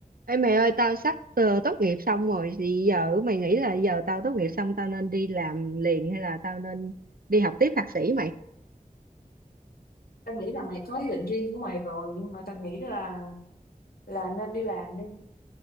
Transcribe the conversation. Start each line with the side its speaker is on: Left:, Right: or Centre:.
Right: Ê mày ơi tao sắp ờ, tốt nghiệp xong rồi thì giờ mày nghĩ là giờ tao tốt nghiệp xong tao nên đi làm liền hay là tao nên đi học tiếp thạc sĩ mày?
Left: tao nghĩ là mày có ý định riêng của mày rồi nhưng mà tao nghĩ là là nên đi làm đi